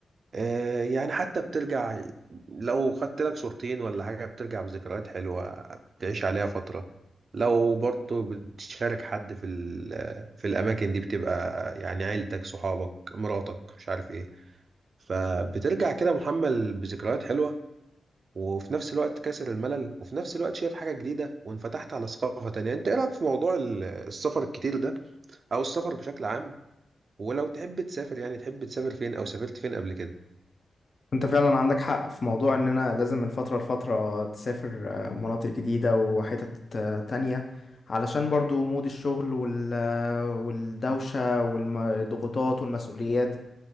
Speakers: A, on the right; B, on the left.
A: آه، يعني حتى بترجع لو خدت لك صورتين ولا حاجة بترجع بذكريات حلوة تعيش عليها فترة لو برضه بتشارك حد في ال- في الأماكن دي بتبقى يعني عيلتك صحابك مراتك مش عارف ايه فبترجع كده محمل بذكريات حلوة وفي نفس الوقت كاسر الملل وفي نفس الوقت شايف حاجة جديدة وانفتحت على ثقافة تانية انت ايه رأيك في موضوع ال- السفر الكتير ده او السفر بشكل عام ولو تحب تسافر يعني تحب تسافر فين او سافرت فين قبل كده
B: انت فعلا عندك حق في موضوع اننا لازم من فتره لفتره تسافر آه، مناطق جديده وحتت آه، تانية علشان برضو مود الشغل وال آه، والدوشه والضغوطات والمسؤوليات